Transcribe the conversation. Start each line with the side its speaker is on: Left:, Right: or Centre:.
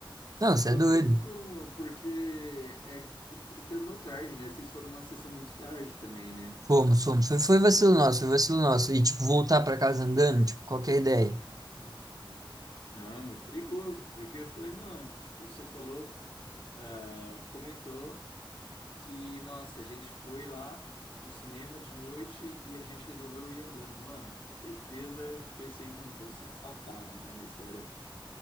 Right: Não, você
Left: Não
Right: é doido.
Left: tem como, porque é, fo- terminou tarde, né? Vocês foram uma sessão muito tarde também, né?
Right: Fomos, fomos. Foi, foi vacilo nosso, foi vacilo nosso. E, tipo, voltar pra casa andando, tipo, qualquer ideia.
Left: Uhum. Não, é muito perigoso, porque eu falei, mano, tipo, você falou, ah, comentou. que, nossa, a gente foi lá no cinema de noite e a gente resolveu ir andando. Mano, certeza eu pensei, mano, vão ser assaltados já na história.